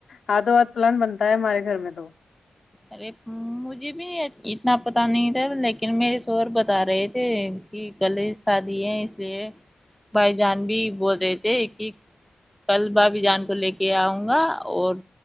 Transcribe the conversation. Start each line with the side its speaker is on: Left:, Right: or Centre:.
Left: ہاتھوں ہاتھ پلان بنتا ہے ہمارے گھر میں تو
Centre: ارے مجھے بھی اتنا پتا نہیں تھا لیکن لن میرے شوور بتا رہے تھے کہ کل شادی ہے اس لیے بھائی جان بھی بول رہے تھے کہ کل بھابائی جان کو لے کے آؤں گا اور